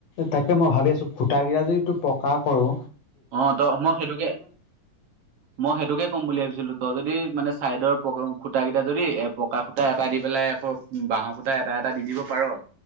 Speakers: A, on the left (about 60°); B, on the right (about 60°).
A: তাকে মই ভাবি আছো খুটা কিতা যদি তোৰ পকা কৰো।
B: অ ত মই সেইটোকে মই সেইটোকে ক'ম বুলি ভাবিছিলো ত যদি মানে চাইডৰ খুটা কেইটা যদি এ পকা খুটা এটা দি পেলাই আকৌ বাঁহৰ খুটা এটা এটা দি দিব পাৰ।